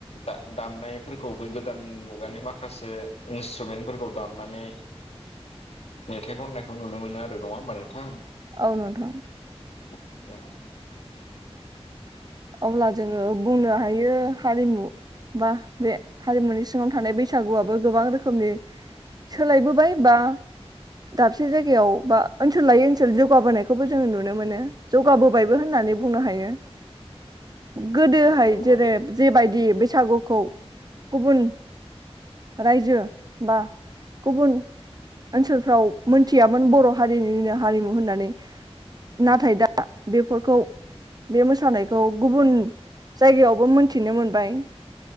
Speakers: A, on the left; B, on the right.
A: दामनायफोरखौबो गोदान मुगानि माखासे इन्सट्रुमेन्टफोरखौ दामनानै मेथाइ खननायखौ नुनो मोनो आरो नङा होमबा नोंथां।
B: औ नोंथां।
A: <inaudible>
B: अब्ला जोङो बुंनो हायो हारिमु बा बे हारिमुनि सिङाव थानाय बैसागुआ बो गोबां रोखोमनि सोलायबोबाय बा दाबसे जायगायाव बा ओनसोल लायै ओनसोल जौगाबोनायखौबो जोङो नुनो मोनो जौगाबोबायबो होननानै बुंनो हायो। गोदोहाय
A: नंगौ थारैनो
B: जेरै जेबायदि बैसागुखौ गुबुन रायजो बा गुबुन ओनसोलफ्राव मोनथियामोन बर' हारिनिनो हारिमु होननानै नाथाय दा बेफोरखौ बे मोसानायखौ खौ गुबुन जायगायावबो मोनथिनो मोनबाय।